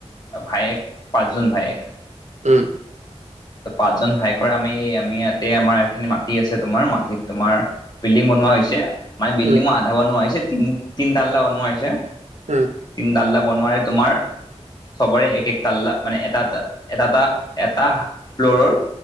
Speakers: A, on the left; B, on the right.
A: ভায়েক পাঁচজন ভায়েক
B: উম
A: পাঁচজন ভায়েকৰে আমি আমি ইয়াতে আমাৰ যিখিনি মাটি আছে তোমাৰ মাটিত তোমাৰ বিল্ডিং বনোৱা হৈছে মানে বিল্ডিংৰ
B: উম
A: আধা বনোৱা হৈছে তিনতাল্লা বনোৱা হৈছে
B: উম
A: তিনতাল্লা বনোৱাৰে তোমাৰ সবৰে এক এক তাল্লা মানে এটা এটা এটা এটা ফ্লৰৰ